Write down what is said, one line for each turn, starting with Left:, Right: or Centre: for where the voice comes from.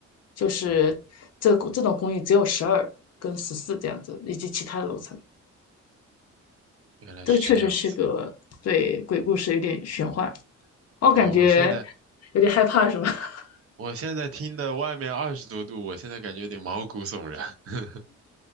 Left: 就是这个这种公寓只有十二跟十四这样子，以及其他的楼层。
Right: 原来是这样子。
Left: 这个确实是个对鬼故事有点玄幻，我感觉
Right: 对，我现在
Left: 有点害怕，是吗？<laughs>
Right: 我现在听的外面二十多度，我现在感觉有点毛骨悚然。<laughs>